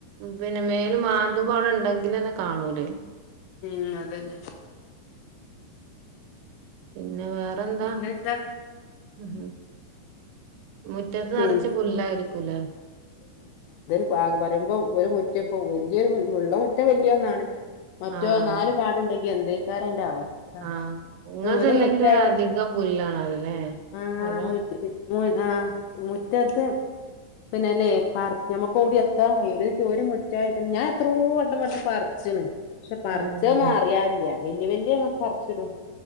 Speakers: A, on the right; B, on the left.
A: പിന്നെ മേള് മാന്തുമ്പും അവെടെ ഉണ്ടെങ്കില്ന്നെ കാണൂലേ?
B: ഉം അതന്നെ
A: പിന്നെ വേറെന്താ?
B: പിന്നെന്താ
A: ഉം മു റ്റത്ത്
B: പിൻ
A: നെറച്ച് പുല്ലായിരിക്കൂല്ലേ?
B: താഗ് പറയുമ്പോ ഒരു മുറ്റിപ്പ വെല്യരു ഉള്ള മുറ്റം വെല്യന്നാണ്. മറ്റേ
A: ആഹ്
B: നാല് പാടുണ്ടെങ്കി എന്തേക്കാരെന്റെ അവസ് ഥ
A: ആഹ് ഇങ്ങൾതല്ലെങ്കിലും
B: ഒരു മുറ്റായിര്ന്ന്
A: അധികം പുല്ലാണല്ലോല്ലേ
B: ആഹ്
A: അവിടെ
B: മുറ്റ് മുയ് ആഹ് മുറ്റത്ത് പിന്നെലേ പർ നമ്മെക്ക് ഓടി എത്താൻ കയ്യൂല്ല. ഓര് ക്ക് ഒരു മുറ്റായിട്ടന്നെ ഞാൻ എത്രോ വട്ടം വന്ന് പർച്ചിണ്. ഷെ പർച്ചൊന്നും
A: ഉം
B: അറിയാല്ല്യ വെല്ല്യ വെല്ല്യാ പർച്ചിടും.